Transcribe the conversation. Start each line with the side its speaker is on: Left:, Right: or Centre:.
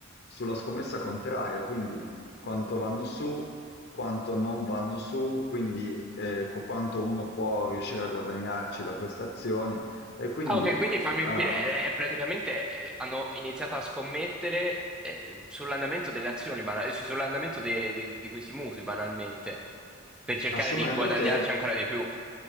Left: sulla scommessa contraria, quindi quanto vanno su, quanto non vanno su, quindi eh, qu- quanto uno può riuscire a guadagnarci da queste azioni. E quindi
Centre: Ah, ok, quindi fammi
Left: Ah,
Centre: capire, è, è praticamente eh, hanno iniziato a scommettere eh, sull'andamento delle azioni, banal- cioè, sull'andamento de- de- di questi mutui, banalmente, per cercare
Left: assumendo
Centre: di guadagnarci
Left: che,
Centre: ancora di più.